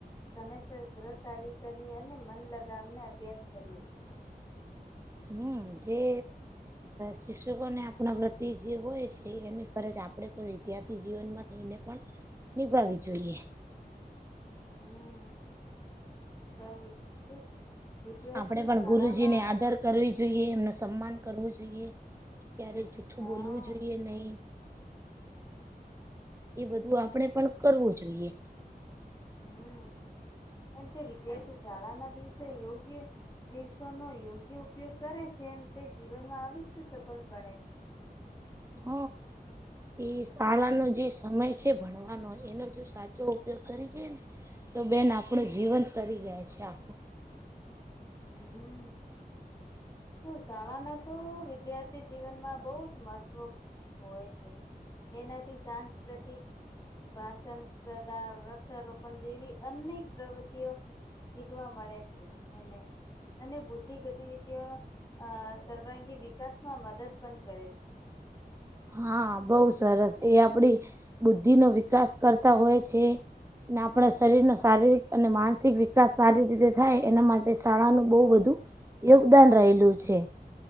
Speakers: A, on the left; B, on the right.
A: સમયસર ગ્રહ કાર્ય કરીએ અને મન લગાવીને અભ્યાસ કરીએ
B: હમ જે શિક્ષકો ને આપણા પ્રતિ જે હોય છે એની ફરજ આપ આપણે પણ વિદ્યાર્થી જીવનમાં થઈને પણ નિભાવી જોઈએ
A: હમ બ <unintelligible> વિદ્યાર્થી
B: આપણે પણ
A: શાળામાં
B: ગુરુજીને આદર કરવી જોઈએ એમનું સન્માન કરવું જોઈએ ક્યારે જુઠ્ઠું
A: હા
B: બોલવું જોઈએ નહી એ બધું આપણેે પણ કરવું જોઈએ
A: હમ્મ પણ જે વિદ્યાર્થી શાળાના દિવસે યોગ્ય દિવસોનોો યોગ્ય ઉપયોગ કરે છે એમ તે જીવનમાં અવિસ્ય સફળ બને છે
B: હ એ શાળાનો જે સમય છે ભણવાનો એનો જો સાચો ઉપયોગ કરી છેને તો બેન આપણું જીવન તરી જાય છે આખુ
A: હમ્મ તો શાળાના તો વિદ્યાર્થી જીવનમાં બહુ જ મહત્વ હોય છે એનાથી સાંસ્કૃતિક ભાષણ સ્પર્ધા વૃક્ષારોપણ જેવી અનેક પ્રવૃતિઓ શીખવા મળે છે એને અને બુદ્ધિ ગતિવિધિઓ અ સર્વાંગી વિકાસમાં મદદ પણ કરે છે
B: હા બોહ સરસ એ આપડી બુદ્ધિ નો વિકાસ કરતા હોય છે અને આપણા શરીર નો શારીરિક અને માનસિક વિકાસ સારી રીતે થાય એના માટે શાળાનું બોહ બધું યોગદાન રહેલું છે